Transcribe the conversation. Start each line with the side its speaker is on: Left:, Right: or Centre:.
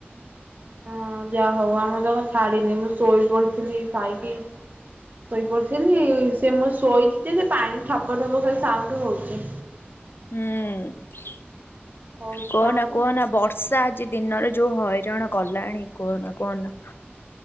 Right: ହଁ ଯାହା ହଉ ଆମର ତ କଣ ଛାଡିିନି ମୁଁ ସୋଇ ପଡ଼ିଥିଲି ଖାଇକି। ଶୋଇପଡିଥିଲି ସେ ମୁଁ ଶୋଇଛି ଯେ ସେ ପାଣି ଠପ ଠପ ଖାଲି ସାଉଣ୍ଡ ହଉଛି।
Left: ହୁଁ
Right: ହଉଛି
Left: କହନା
Right: ସାଉଣ୍ଡ
Left: କହନା ବର୍ଷା ଆଜି ଦିନରେ ଯୋଉ ହଇରାଣ କଲାଣି କୁହନା କୁହନା।